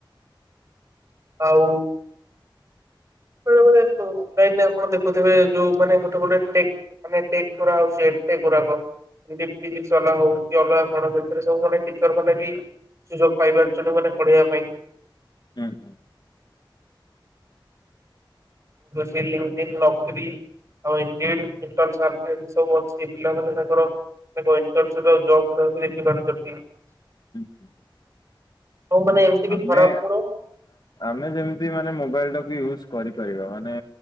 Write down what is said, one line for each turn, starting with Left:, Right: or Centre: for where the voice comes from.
Right: ଆଉ, ବେଳେବେଳେ ଅନଲାଇନ ରେ ଆପଣ ଦେଖୁଥିବେ ଯୋଉ ମାନେ ଗୋଟେ ଗୋଟେ ଟେକ ମାନେ ଟେକ କରାହଉଛି ଗୁଡାକ ଫିଜିକ୍ସ ବାଲା ହଉ ଅଲଗା କଣ ସେଥିରେ ସବୁ ମାନେ ଟିଚର ମାନେ ବି ସୁଯୋଗ ପାଇବାରୁଛନ୍ତି ମାନେ ପଢିବା ପାଇଁ
Left: ହୁଁ ହୁଁ,
Right: ସେ ଲେନ ଦେନ ନକ୍ରୀ ଆଉ <inaudible> ସବୁ ଅଛି। ପିଲାମାନେ ତାଙ୍କର ଇନଟର୍ଣ୍ଣସିପ ର ଜବ ଗୁଡାକ ଦେଖି ପାରୁଛନ୍ତି।
Left: ହୁଁ ହୁଁ
Right: ଆଉ ମାନେ ଏମିତି ବି
Left: ଆମେ
Right: ଖରାପ ଗୁଣ
Left: ଆମେ ଯେମିତି ମାନେ ମୋବାଇଲଟାକୁ ୟୁଜ କରିପାରିବା ମାନେ